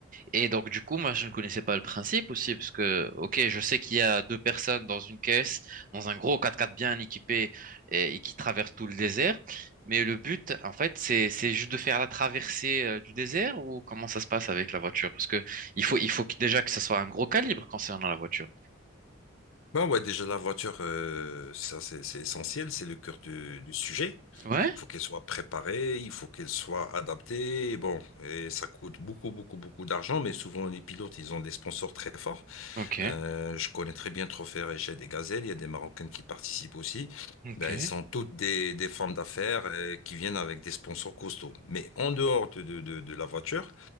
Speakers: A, on the right; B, on the left.
A: Et donc, du coup, moi, je ne connaissais pas le principe aussi, parce que, ok, je sais qu'il y a deux personnes dans une caisse, dans un gros 4x4 bien équipé et, et qui traverse tout le désert. Mais le but, en fait, c'est, c'est juste de faire la traversée euh, du désert ou comment ça se passe avec la voiture? Parce que il faut, il faut que- déjà que ça soit un gros calibre concernant la voiture.
B: Bah ouais, déjà la voiture, euh, ça c'est c'est essentiel, c'est le cœur du, du sujet.
A: Ouais?
B: Il faut qu'elle soit préparée, il faut qu'elle soit adaptée. Bon, et ça coûte beaucoup, beaucoup, beaucoup d'argent, mais souvent les pilotes, ils ont des sponsors très forts.
A: Ok,
B: Euh, je connais très bien Trophée chez des Gazelles. Il y a des Marocaines qui participent aussi.
A: ok.
B: Ben, elles sont toutes des, des femmes d'affaires euh, qui viennent avec des sponsors costauds. Mais en dehors de, de- de- de la voiture,